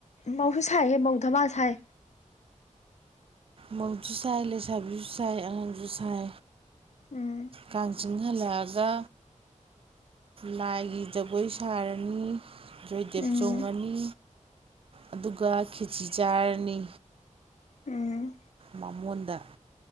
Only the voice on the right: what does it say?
ꯃꯧꯖꯨ ꯁꯥꯏ ꯂꯩꯁꯥꯕꯤꯖꯨ ꯁꯥꯏ ꯑꯉꯥꯡꯖꯨ ꯁꯥꯏ
ꯑꯉꯥꯡ ꯁꯨ ꯁꯥꯏ ꯍꯜꯂꯛꯑꯒ ꯂꯥꯏꯒꯤ ꯖꯒꯣꯏ ꯁꯥꯔꯅꯤ ꯖꯣꯏꯗꯦꯕ
ꯆꯣꯡꯉꯅꯤ ꯑꯗꯨꯒ ꯈꯦꯆꯤ ꯆꯥꯔꯅꯤ
ꯕꯥꯃꯣꯟꯗ